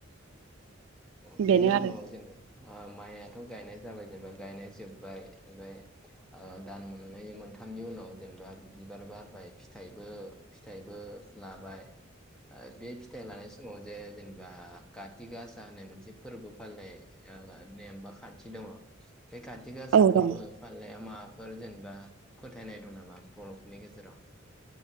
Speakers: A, in the centre; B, on the right (about 75°).
A: औ
B: बेनो
A: बेनि उनाव
B: आरो
A: जेनेबा माइयाथ गायनाय जाबाय जेनेबा गायनाय जोब्बाय ओमफ्राय दान मोननै मोनथामनि उनाव जेनेबा बिबार बारबाय फिथाइबो फिथाइबो लाबाय बे फिथाइ लानाय समाव जे जेनेबा कातिक आसा होननाय मोनसे फोरबो फालिनाय नेम बा खान्थि दङ। बे काति गासा
B: औ
A: फोरबो
B: दं
A: फालिनाया मा बाफोर जेनेबा फोथायनाय दं नामा बर'फोरनि गेजेराव?